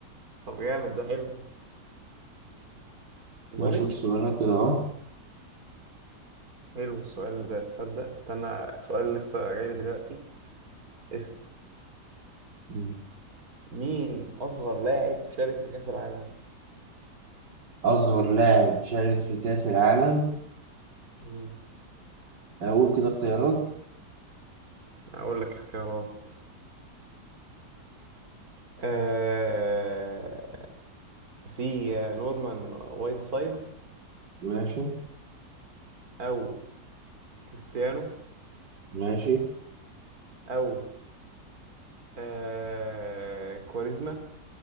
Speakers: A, on the right (about 55°); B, on the right (about 85°).
A: طب جامد ده حلو
B: ماشي
A: دوري
B: قول سؤالك كده أهو
A: حلو السؤال ده استنى استنى سؤال لسه جاي لي دلوقتي اسم
B: مم.
A: مين أصغر لاعب شارك في كأس العالم؟
B: أصغر لاعب شارك في كأس العالم
A: مم.
B: أقول كده اختيارات
A: أقول لك اختيارات آه في آه، نورمان وايت سايد
B: ماشي
A: أو كريستيانو
B: ماشي
A: أو آه كواريزما